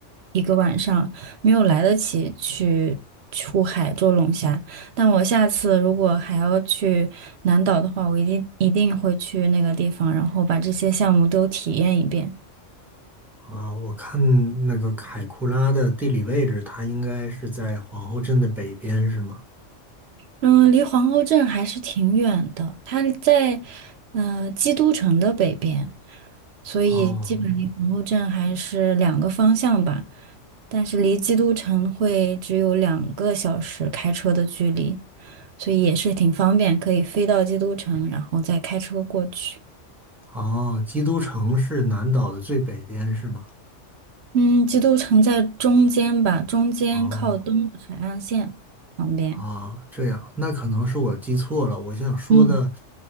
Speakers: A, on the right (about 65°); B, in the centre.
A: 一个晚上，没有来得及去出海捉龙虾。但我下次如果还要去南岛的话，我一定一定会去那个地方，然后把这些项目都体验一遍。
B: 啊，我看那个凯库拉的地理位置，它应该是在皇后镇的北边，是吗？
A: 嗯，离皇后镇还是挺远的，它在嗯基督城的北边，所以基本离皇后镇还是两个方向吧，
B: 哦，
A: 但是离基督城会只有两个小时开车的距离，所以也是挺方便，可以飞到基督城，然后再开车过去。
B: 哦，基督城是南岛的最北边，是吗？
A: 嗯，基督城在中间吧，中间靠东的海岸线旁边。
B: 哦，啊，这样，那可能是我记错了。我想说的
A: 嗯，